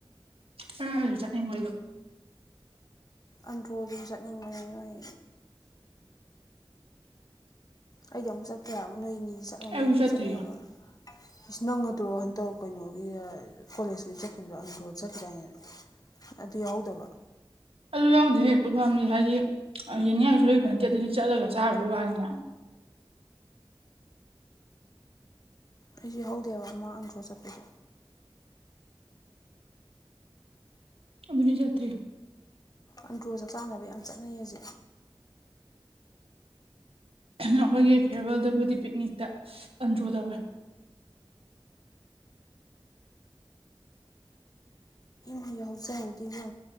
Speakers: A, on the right; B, on the left.
A: ꯍꯗ ꯅꯤꯡꯒ
B: ꯑꯟꯗ꯭ꯔꯣꯗ ꯆꯠꯅꯤꯡꯕꯅꯦ ꯅꯣꯏ ꯑꯩꯗꯤ ꯑꯃꯨꯛ ꯆꯠꯇꯀꯦ ꯍꯥꯏꯕ ꯅꯣꯏꯅꯤꯗꯤ ꯆꯠꯂꯅꯤ
A: ꯑꯩꯁꯨ ꯆꯠꯇ꯭ꯔꯤꯌꯦ
B: ꯆꯠꯅꯤꯡꯉꯝꯃꯔꯣꯏ ꯏꯁ ꯅꯪꯉꯗ꯭ꯔꯣ ꯍꯟꯇꯧ ꯀꯩꯅꯣꯒꯤ ꯀꯣꯂꯦꯖꯀꯤ ꯆꯠꯈꯤꯕꯗꯣ ꯑꯟꯗ꯭ꯔꯣ ꯆꯠꯈꯤꯕꯗ ꯍꯥꯏꯅꯦ ꯑꯗꯨ ꯌꯥꯎꯍꯧꯗꯕ꯭ꯔꯥ
A: ꯑꯗꯨ ꯌꯥꯎꯗꯦ ꯍꯦꯛꯄꯠ ꯐꯥꯝꯗꯤ ꯍꯥꯏꯗꯤ ꯌꯦꯅꯤꯡꯉꯥꯏꯁꯨ ꯂꯩꯕ ꯅꯠꯇꯦ ꯑꯗꯨꯗꯤ ꯆꯠꯂꯒ ꯆꯥꯔꯔꯕꯣꯏ ꯋꯥꯅꯤꯅꯦ
B: ꯑꯩꯁ ꯍꯧꯗꯦꯕ ꯑꯃ ꯑꯟꯗ꯭ꯔꯣ ꯆꯠꯄꯗꯣ
A: ꯑꯗꯨꯅꯤ ꯌꯥꯇ꯭ꯔꯤ
B: ꯑꯟꯗ꯭ꯔꯣ ꯆꯥꯛ ꯆꯥꯅꯕ ꯌꯥꯝ ꯆꯠꯅꯩꯌꯦꯁꯦ
A: ꯑꯩꯈꯣꯏꯒꯤ ꯐꯤꯌꯔꯋꯦꯜꯗꯕꯨꯗꯤ ꯄꯤꯛꯅꯤꯛꯇ ꯑꯟꯗ꯭ꯔꯣ ꯇꯧꯋꯦ
B: ꯑꯩ ꯌꯥꯎꯍꯧꯖꯍꯧꯗꯕ